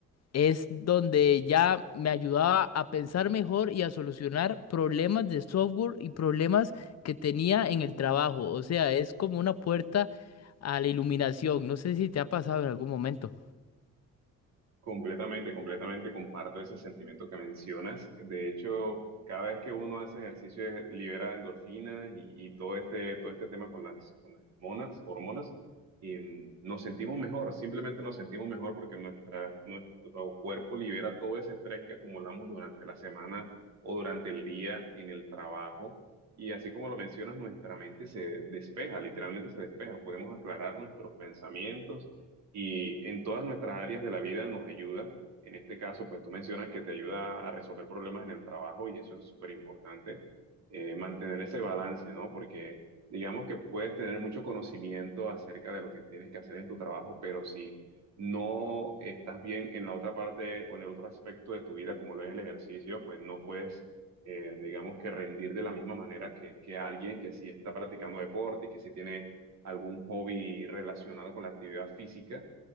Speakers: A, on the left (about 55°); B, on the right (about 65°).
A: es donde ya me ayudaba a pensar mejor y a solucionar problemas de software y problemas que tenía en el trabajo. O sea, es como una puerta a la iluminación. No sé si te ha pasado en algún momento.
B: Completamente, completamente comparto ese sentimiento que mencionas. De hecho, cada vez que uno hace ejercicio eh, libera endorfinas y, y todo este, todo este tema con las, con las hormonas, hormonas y mm, nos sentimos mejor, simplemente nos sentimos mejor porque nuestra, nuestro cuerpo libera todo ese estrés que acumulamos durante la semana o durante el día en el trabajo. Y así como lo mencionas, nuestra mente se despeja, literalmente se despeja. Podemos aclarar nuestros pensamientos y en todas nuestras áreas de la vida nos ayuda. En este caso, pues tú mencionas que te ayuda a resolver problemas en el trabajo y eso es súper importante, eh, mantener ese balance, ¿no? Porque digamos que puedes tener mucho conocimiento acerca de lo que tienes que hacer en tu trabajo, pero si no estás bien en la otra parte o en el otro aspecto de tu vida, como lo es el ejercicio, pues no puedes, eh, digamos que rendir de la misma manera que, que alguien que sí está practicando deporte y que sí tiene algún hobby relacionado con la actividad física.